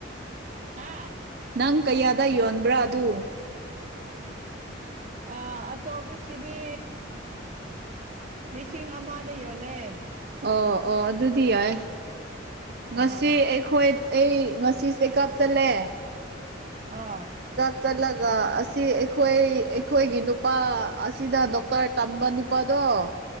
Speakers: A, on the right (about 40°); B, on the right (about 55°).
A: ꯍꯥꯥ
B: ꯅꯪ ꯀꯌꯥꯗ ꯌꯣꯟꯕ꯭ꯔꯥ ꯑꯗꯨ
A: ꯑ ꯑꯆꯧꯄꯁꯤꯗꯤ ꯂꯤꯁꯤꯡ ꯑꯃꯗ ꯌꯣꯜꯂꯦ
B: ꯑꯣ ꯑꯣ ꯑꯗꯨꯗꯤ ꯌꯥꯏ
A: ꯑꯥ
B: ꯉꯁꯤ ꯑꯩꯈꯣꯏ ꯑꯩ ꯉꯁꯤꯁꯦ ꯆꯦꯀꯥꯞ ꯆꯜꯂꯦ
A: ꯑꯥ
B: ꯆꯠꯂꯒ ꯑꯁꯤ ꯑꯩꯈꯣꯏ ꯑꯩꯈꯣꯏꯒꯤ ꯅꯨꯄꯥ ꯑꯁꯤꯗ ꯗꯣꯛꯇꯔ ꯇꯝꯕ ꯅꯨꯄꯥꯗꯣ ꯑꯣ